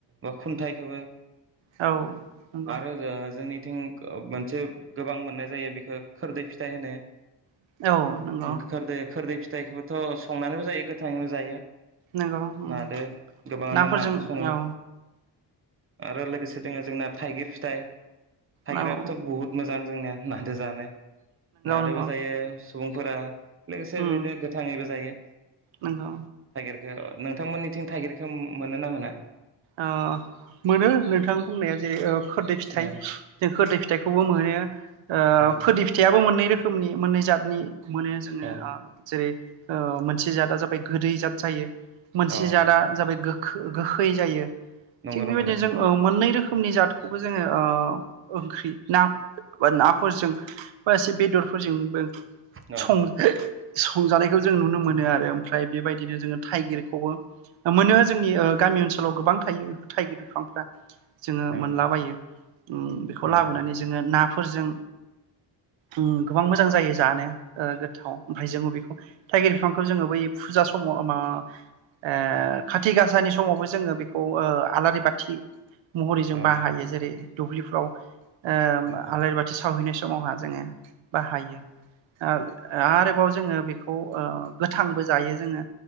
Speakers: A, on the right (about 30°); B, on the right (about 80°).
A: ओ खुन्थाइखौबो
B: औ नंगौ
A: आरो जों जोंनि थिं ओ मोनसे गोबां मोननाय जायो बेखो खोरदै फिथाइ होनो
B: औ नंगौ
A: ओं खोरदो खोरदै फिथाइखौबोथ' संनानैबो जायो गोथाङैबो जायो
B: नंगौ उम
A: नादो गोबाङानो
B: नाफोरजों
A: नादो सङो
B: औ।
A: आरो लोगोसे दङो जोंना थाइगिर फिथाइ थायगिराबोथ'
B: नंगौ
A: बहुत मोजां जोंनिया नादो जानो नादोबो
B: नंगौ
A: जायो सुबुंफोरा लोगोसे
B: उम
A: बेनो गोथाङैबो जायो
B: नंगौ
A: थाइगिरखौ। नोंथांमोननिथिं थाइगिरखौ मोनो ना मोना?
B: अ मोनो नोंथां बुंनाया जेरै ओ खोरदै फिथाइ
A: औ
B: जों खोरदै फिथाइ बेखौबो मोनो ओ
A: औ
B: खोरदै फिथाइयाबो मोननै रोखोमनि मोननै जातनि मोनो जोङो
A: औ
B: आ जेरै ओ मोनसे जादआ जाबाय गोदै जाद जायो मोनसे
A: औ
B: जादा जाबाय गो खो गोखै जायो। थिग
A: नंगौ
B: बेबायदिनो
A: नंगौ नोंथां
B: जों मोननै रोखोमनि जादखौबो जोङो ओ ओंख्रि ना नाफोरजों बा एसे बेदर फोरजोंबो
A: औ
B: सं-संजानायखौ जों नुनो मोनो आरो ओमफ्राय बेबायदिनो जोङो थाइगिरखौबो मोनो जोंनि ओ गामि ओनसो लाव गोबां थायो बेफोर थाइगिर बिफांफ्रा। जोङो
A: औ
B: मोनलाबायो उम बेखौ
A: औ
B: लाबोनानै जोङो ना फोरजों उम गोबां मोजां जायो। जानो ओ गोथाव ओमफ्राय जोङो बेखौ थाइगिर बिफांखौ जोङो बै फुजा समाव मा ओ
A: औ
B: खाथि गाासानि समावबो जोङो बे औ ओ आलारि बाथि महरै जों
A: अ
B: बाहायो जेरै दुब्लिफ्राव ओम
A: नंगौ
B: आलारि बाथि सावहैनाय समावहा जोङो बाहायो। ओ आरोबाव जोङो बेखौ ओ गोथांबो जायो जोङो